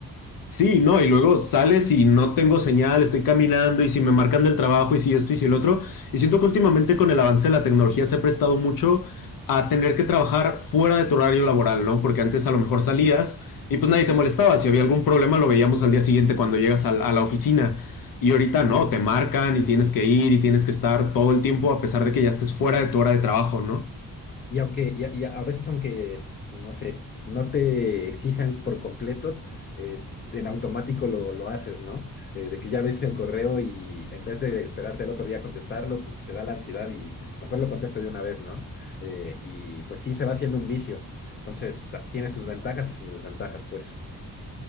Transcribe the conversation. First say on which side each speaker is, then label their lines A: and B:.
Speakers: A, on the left; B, on the left.
A: Sí, no, y luego sales y no tengo señal, estoy caminando y si me marcan del trabajo y si esto y si el otro. Y siento que últimamente con el avance de la tecnología se ha prestado mucho a tener que trabajar fuera de tu horario laboral, ¿no? Porque antes a lo mejor salías y pues nadie te molestaba. Si había algún problema lo veíamos al día siguiente cuando llegas al- a, la oficina. Y ahorita no, te marcan y tienes que ir y tienes que estar todo el tiempo a pesar de que ya estés fuera de tu hora de trabajo, ¿no?
B: Y aunque y a, y a veces aunque, no sé, no te exijan por completo, eh, en automático lo, lo haces, ¿no? Eh, de que ya ves el correo y en vez de esperarte al otro día a contestarlo, pues te da la ansiedad y mejor lo contesto de una vez, ¿no? Eh, y pues sí, se va haciendo un vicio. Entonces, tiene sus ventajas y sus desventajas, pues.